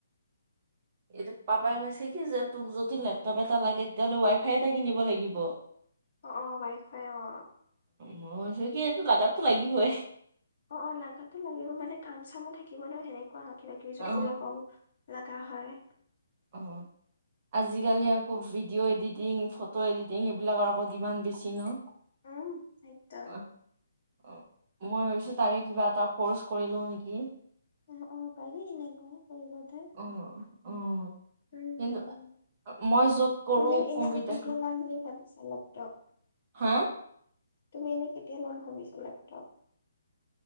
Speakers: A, on the right (about 35°); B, on the left (about 55°).
A: এই পাপাই কৈছে কি যে তোক যদি লেপটপ এটা লাগে তেতিয়াহ'লে ৱাইফাই এটা কিনিব লাগিব
B: অ অ বাইফাই অ
A: মইচকটো ল লগাগাতটো লাগিবই
B: অ অ লাগতেো লাগিব মানে কাম চামো থাকিব ল সেনেকে ৰাখি ৰাখিবি
A: অ
B: যদি ওলাবও লগা হয়
A: অ আজিকালি আকৌ ভিডিঅ' এডিটিং ফটো এডিটিং এইবিলাকৰ আকৌ যিমান বেছি ন
B: উম চাইটল
A: অ অ মই ভাবিছো তাৰে কিবা এটা কৰ্চ কৰিলো নেকি
B: অ অ পাৰি সেনেকুৱা কৰিবলে
A: আহ উ
B: উম
A: কিন্তু মই য'ত কৰো
B: তুমি এনে
A: কম্পিউটাৰ
B: কেতিয়া
A: ক
B: ল'ম বুলি ভাবিছা লেপটপ
A: হা
B: তুমি এনেই কেতিয়া ল'ম ভাবিছো লেপটপ